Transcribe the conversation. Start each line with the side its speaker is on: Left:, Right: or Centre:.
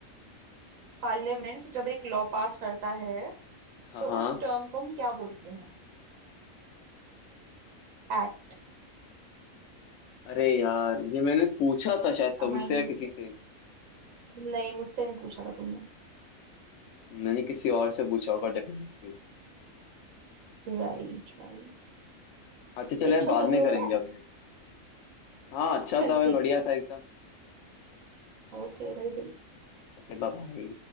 Right: पार्लियामेंट जब एक लॉ पास करता है
Left: हाँ
Right: तो
Left: हाँ
Right: उस टर्म को हम क्या बोलते हैं एक्ट
Left: अरे यार ये मैंने पूछा था शायद तुमसे
Right: अमेंडमेंट
Left: या किसी से
Right: नहीं मुझसे नहीं पूछा था तुमने
Left: मैंने किसी और से पूछा होगा डेफिनेटली
Right: Right right
Left: अच्छा चलो
Right: अच्छा
Left: यार बाद
Right: था ये
Left: में
Right: वाला
Left: करेंगे अभी हाँ अच्छा
Right: चल
Left: था भाई
Right: ठीक
Left: बढ़िया
Right: है
Left: था एकदम
Right: ओके भाई भाई।
Left: Okay bye